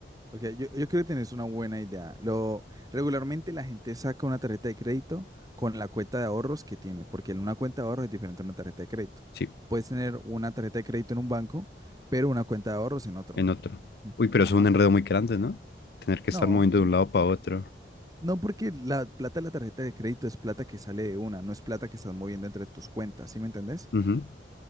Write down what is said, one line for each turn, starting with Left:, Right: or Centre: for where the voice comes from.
Right: Ok, yo, yo creo que tenés una buena idea. Lo, regularmente la gente saca una tarjeta de crédito con la cuenta de ahorros que tiene, porque una cuenta de ahorros es diferente a una tarjeta de crédito.
Left: sí,
Right: Puedes tener una tarjeta de crédito en un banco, pero una cuenta de ahorros en otro.
Left: en otro.
Right: Sí.
Left: Uy, pero
Right: Ajá.
Left: eso es un enredo muy grande, ¿no? Tener que
Right: No,
Left: estar moviendo
Right: l-
Left: de un lado para otro.
Right: no porque la plata de la tarjeta de crédito es plata que sale de una, no es plata que estás moviendo entre tus cuentas, ¿sí me entendés?
Left: Ujú.